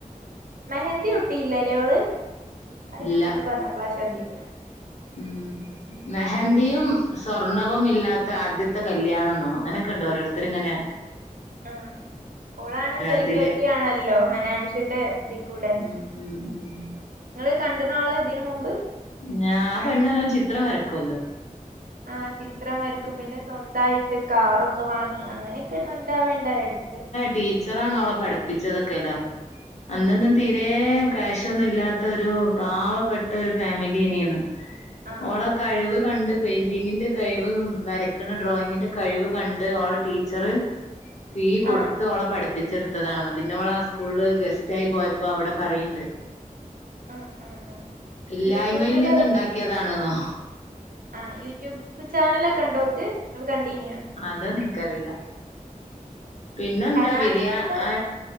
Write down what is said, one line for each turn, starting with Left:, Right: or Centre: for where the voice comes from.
Right: മെഹന്തി ഇട്ടില്ലേയോള് അത്
Left: ഇല്ല.
Right: ഞങ്ങള് പറഞ്ഞപ്പളാ ശ്രദ്ധിക്കണേ
Left: ഉം മെഹന്തിയും സ്വർണ വും ഇല്ലാത്ത ആദ്യത്തെ കല്യാണംന്നോ അങ്ങനെയൊക്കെ ഇണ്ട് ഓരോരുത്തര് ഇങ്ങനെ
Right: ആഹ് ഓളാണേ സെലിബ്രിറ്റി
Left: ഇതില്
Right: ആണല്ലോ ഹനാൻഷ്യന്റെ ഇതി കൂടെ
Left: ഉം ഉം ഉം
Right: നിങ്ങള് കണ്ടനാള ഇതിന് മുമ്പ്
Left: ഞാ ആ പെണ്ണല്ലോ ചിത്രം വരക്കുവല്ലോ
Right: ആഹ് ചിത്രം വരക്കും പിന്നെ സ്വന്തായിട്ട് കാറൊക്കെ വാങ്ങി അങ്ങനെയൊക്കെ ട്രെൻഡ് ആവേണ്ടായി എടക്ക്
Left: ടീച്ചറാണോ ഓളെ പഠിപ്പിച്ചതൊക്കെല്ലോ അന്നൊന്നും തീരെ ക്യാഷ് ഒന്നും ഇല്ലാത്ത ഒരു പാവപ്പെട്ട ഒരു ഫാമിലിയന്നെയന്ന്
Right: ആഹ്
Left: ഓളെ കഴിവ് കണ്ട് പെയിന്റിങ്ങിന്റെ കഴിവ് വരയ്ക്കണ ഡ്രോയിങ്ങിന്റെ കഴിവ് കണ്ട് ഓള ടീ ച്ചറ് ഫീ കൊടുത്ത്
Right: ആഹ്
Left: ഓളെ പഠിപ്പി പ്പിച്ചെടുത്തതാണെന്ന് പിന്നെ ഓള് ആ സ്കൂളിൽ ഗസ്റ്റ് ആയി പോയപ്പോ അവിടെ പറയ്ണ്ട്
Right: ആഹ് ആഹ്
Left: ഇല്ലായ്മയിൽ
Right: യൂട്യൂബില്
Left: നിന്ന് ഇണ്ടാക്കിയതാണെന്നോ
Right: ആ യൂട്യൂബ് ചാനല് ഒക്കെ ഉണ്ടോ ഓക്ക് നിങ്ങള് കണ്ടിയിനു
Left: അതനിക്കറിയില്ല പിന്നെന്താ
Right: ഹനാൻഷ്യന്റെ
Left: ബിരിയാ ഏ